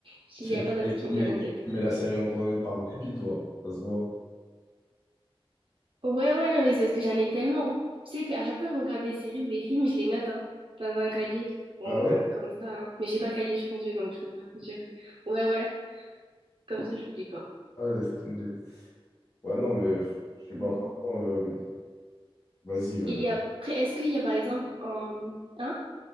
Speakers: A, on the right; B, on the left.
A: <laughs> il
B: Tu,
A: n'y a pas
B: tu
A: d'autres
B: mets,
A: qui
B: tu
A: me viennent
B: mets-
A: en
B: tu
A: tête.
B: mets la série en troisième par dépit, toi. Ça se voit.
A: Ouais, ouais, non, mais c'est parce que j'en ai tellement. Tu sais qu'à chaque fois que je regarde des séries ou des films, je les note hein, dans un cahier. Donc,
B: Ah ouais?
A: euh, comme ça. hein. Mais j'ai pas le cahier sur mes yeux, donc je peux pas te dire. Ouais, ouais, comme ça, j'oublie pas.
B: Ah, laisse tomber. Ouais, non, mais pff, je sais
A: Oui.
B: pas, franchement. euh, vas-y. euh,
A: Et après, est-ce qu'il y a par exemple. euh, Hein?